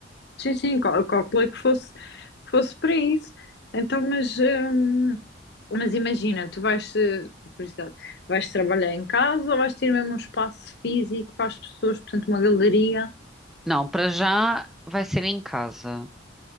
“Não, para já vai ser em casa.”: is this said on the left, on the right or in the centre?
Centre